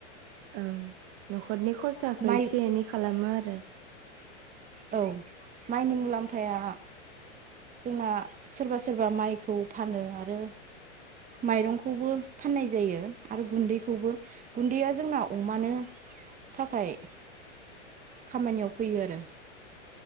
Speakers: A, on the right; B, on the right.
A: ओं नखर न'खरनि खरसाखौ
B: माइ
A: एसे एनै खालामो आरो
B: औ माइनि मुलाम्फाया जोंना सोरबा सोरबा माइखौ फानो आरो माइरंखौबो फाननाय जायो आरो गुन्दैखौबो गुन्दैया जोंना अमानो थाखाय खामानियाव फैयो आरो।